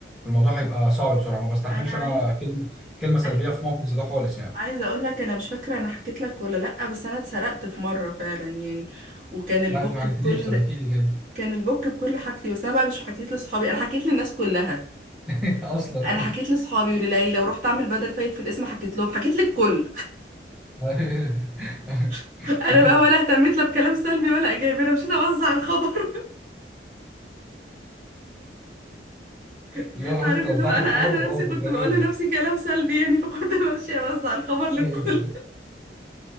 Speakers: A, in the centre; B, on the right (about 50°).
A: الموضوع هيبقى صعب بصراحه ما بستحملش
B: انا
A: انا
B: عايز
A: كلمه كلمه سلبيه
B: عاي-
A: في موقف زي ده خالص يعني
B: عايزه اقول لك انا مش فاكره انا حكيت لك ولا لا بس انا اتسرقت في مره فعلا يعني وكان البوك
A: لا انت ما حكيتليش
B: بكل
A: طب احكي لي كده
B: كان البوك بكل حاجتي بس انا بقى مش حكيت لاصحابي انا حكيت للناس كلها
A: <laughs> اصلا
B: انا حكيت لاصحابي ولليلى ورحت اعمل بدل فايت في الاسم حكيت لهم حكيت للكل
A: أيوه.
B: <laughs> انا
A: أيوه.
B: بقى ولا اهتميت لا بكلام سلبي ولا ايجابي انا مشيت اوزع الخبر <laughs>
A: اللي هو خلاص
B: عارف
A: انت وزعت
B: اللي هو انا
A: الخبر
B: انا
A: خلاص
B: نفسي كنت
A: انا تمام
B: بقول لنفسي
A: بقى.
B: كلام سلبي يعني فكنت <laughs> ماشيه اوزع الخبر للكل
A: <laughs>